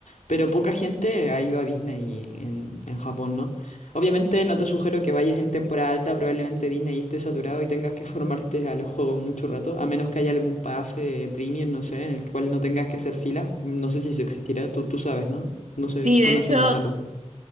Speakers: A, on the left; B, on the right.
A: pero poca gente ha ido a Disney en, en Japón, ¿no? Obviamente no te sugiero que vayas en temporada alta, probablemente Disney esté saturado y tengas que formarte a los juegos mucho rato, a menos que haya algún pase premium, no sé, en el cual no tengas que hacer fila, no sé si eso existirá, tú, tú sabes, ¿no? No sé,
B: Sí,
A: tú
B: de
A: conoces
B: hecho,
A: más al respecto.